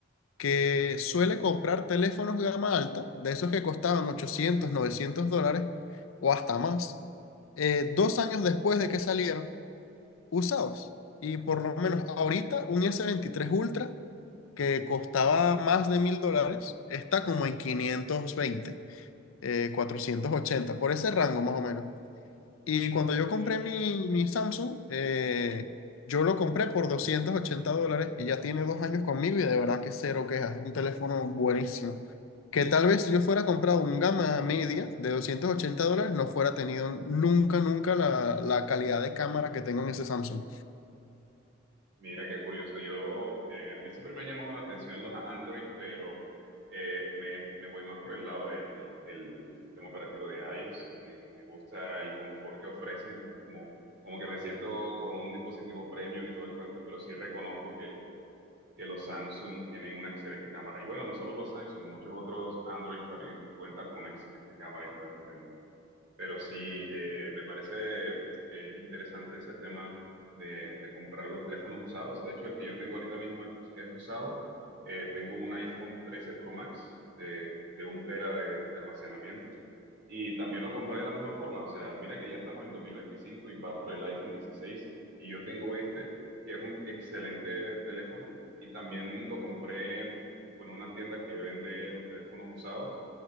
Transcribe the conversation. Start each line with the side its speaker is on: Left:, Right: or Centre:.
Left: que suele comprar teléfonos gama alta, de esos que costaban 800, 900 dólares o hasta más, eh, dos años después de que salieron, usados. Y por lo menos ahorita un S23 Ultra que costaba más de mil dólares está como en 520, eh, 480, por ese rango más o menos. Y cuando yo compré
Right: Mira.
Left: mi, mi Samsung, eh, yo lo compré por 280 dólares y ya tiene dos años conmigo y de verdad que cero quejas. Es un teléfono buenísimo. Que tal vez si yo fuera comprado un gama media de 280 dólares, no fuera tenido nunca, nunca la, la calidad de cámara que tengo en ese Samsung.
Right: Mira, qué curioso. Yo, eh, a mí siempre me han llamado la atención los Android, pero eh, me, me voy más por el lado del, del, del sistema operativo de iOS. Me, me gusta el confort que ofrecen. Es como, como que me siento con un dispositivo premium y todo el cuento, pero sí reconozco que los Samsung tienen una excelente cámara. Y bueno, no solo los Samsung, muchos otros Android también cuentan con una excelente cámara y todo este tema. Pero sí, eh, eh, me parece eh, interesante ese tema de, de comprar los teléfonos usados. De hecho, el que yo tengo ahorita mismo es, es usado. Eh, tengo un iPhone 13 Pro Max de, de un tera de, de almacenamiento. Y también lo compré de la misma forma. O sea, mira que ya estamos en 2025 y va por el iPhone 16. Y yo tengo este, que es un excelente teléfono. Y también lo compré tipo en una tienda que vende los teléfonos usados